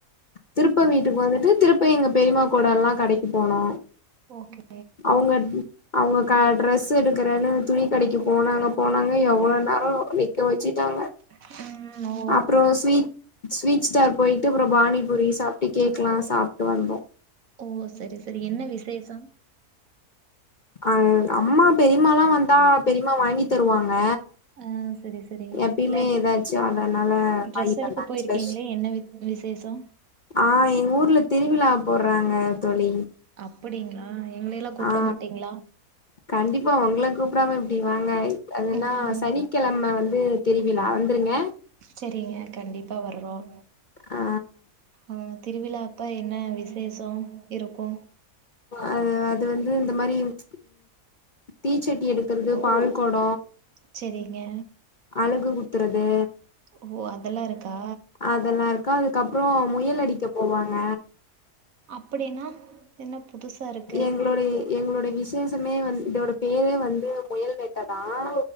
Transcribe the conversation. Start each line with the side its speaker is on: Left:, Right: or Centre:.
Left: திருப்ப வீட்டுக்கு வந்துட்டு திருப்ப எங்க பெரிமா கூட எல்லாம் கடைக்கு போனோ
Right: ஓகே
Left: அவுங்க அவுங்க க ட்ரெஸ் எடுக்கறேன்னு துணி கடைக்கு போனாங்க போனாங்க எவ்ளோ நே எல்லாரும் நிக்க வச்சுிட்டாங்க
Right: ம் ஓ
Left: அப்புறம் ஸ்வீட் ஸ்வீட் ஸ்டார் போயிட்டு அப்புறம் பாானிபுரி சாப்ட்டு கேக்லாம் சாப்ட்டு வந்தோ
Right: ஓ செரி செரி என்ன விசேஷம்
Left: ஆ அம்மா பெரிம்மாலாம் வந்தா பெரிம்மா வாங்கி தருவாங்க
Right: ஆ சரி சரி
Left: எப்பயுமே
Right: இல்ல
Left: ஏதாச்சும் அதனால
Right: ட்ரெஸ்
Left: வாங்கி
Right: எடுக்க
Left: தந்தாங்க
Right: போயிருக்கீங்களே
Left: ஸ்பெஷ
Right: என்ன வி விசேஷம்
Left: ஆ எங்க ஊர்ல திருவிழா போடறாங்க தோழி
Right: அப்பிடிங்களா எங்களைல்லாம் கூப்பிட
Left: ஆ
Right: மாட்டீங்களா
Left: கண்டிப்பா உங்கள கூப்பிடாம எப்பிடி வாங்க அதுன்னா
Right: ம்
Left: சனிக்கிழமை வந்து திருவிழா வந்துருங்க
Right: சரிங்க கண்டிப்பா வர்றோம்
Left: ஆ
Right: ஆ திருவிழா அப்போ என்ன விசேஷம் இருக்கோ
Left: அ அது வந்து இந்த மாரி ம் தீச்சட்டி எடுக்கறது பால் கொட
Right: செரிங்க
Left: அலகு குத்துறது
Right: ஓ அதெல்லா இருக்கா
Left: அதெல்லாம் இருக்கோ அதுக்கப்பறம் முயல் அடிக்க போவாங்க
Right: அப்பிடின்னா என்ன புதுசா இருக்கு
Left: எங்களோட எ எங்களோடைய விசேஷமே வந்து இதோட பேரே வந்து முயல் வெட்டதான்